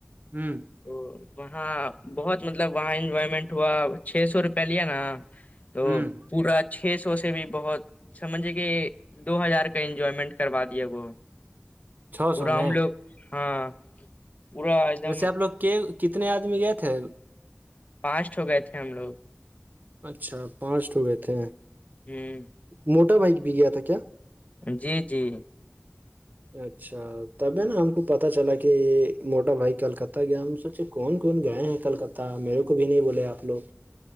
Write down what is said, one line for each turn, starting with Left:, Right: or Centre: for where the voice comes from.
Right: ہوں
Left: تو وہاں بہت مطلب وہاں انجوائمنٹ ہوا چھ سو روپیہ لیا نا تو
Right: ہوں
Left: پورا چھ سو سے بھی بہت سمجھے کہ دو ہزار کا انجوائمنٹ کروا دیا وہ
Right: چھ
Left: پورا
Right: سو میں
Left: ہم لوگ ہاں پورا ایک دم
Right: ویسے آپ لوگ کے کتنے آدمی گئے تھے
Left: پانچٹ ہو گئے تھے ہم لوگ
Right: اچھا پانچ ہو گئے تھے
Left: ہ
Right: موٹا بائک بھی گیا تھا کیا
Left: جی جی
Right: اچھا تب ہے نا ہم کو پتا چلا کہ موٹا بھائی کلکتہ گیا ہم سے مھ کون کون گئے ہیں کلکتہ میرے کو بھی نہیں بولے آ لوگ